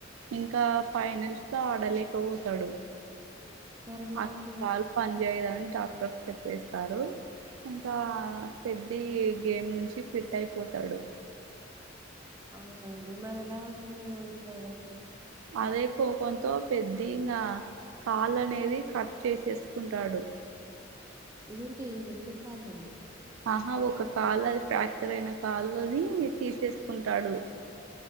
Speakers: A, on the right; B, on the right.
A: ఇంకా ఫైనల్స్లో ఆడలేకపోతాడు
B: మరెలా
A: ఆ
B: అండి?
A: కాలు పని చేయదని డాక్టర్స్ చెప్పేస్తారు ఇంకా పెద్ధి ఈ గేమ్ నుంచి క్విట్ అయిపోతాడు
B: అవునండి మరి ఎలా అవుతుంది మూవీ తర్వాత
A: అదే కోపంతో పెద్ధి ఇంగా కాల్ అనేది కట్ చేసేసుకుంటాడు
B: ఏంటి రెండు కాళ్ళని
A: ఆహా ఒక కాలు అది ప్రాక్చర్ అయిన కాలుని తీసేసుకుంటాడు